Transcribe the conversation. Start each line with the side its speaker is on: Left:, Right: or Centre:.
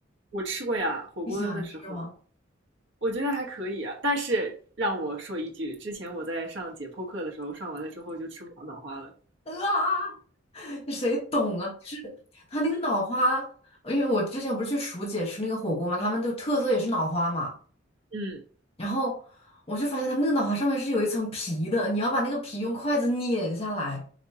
Right: 我吃过呀，火锅的时候，
Left: 你喜欢吃吗？
Right: 我觉得还可以啊。但是让我说一句，之前我在上解剖课的时候，上完了之后就吃不了脑花了。
Left: 啊！谁懂啊？就是他那个脑花，因为我之前不是去蜀姐吃那个火锅嘛，他们就特色也是脑花嘛。
Right: 嗯，
Left: 然后我就发现他们那个脑花上面是有一层皮的，你要把那个皮用筷子碾下来，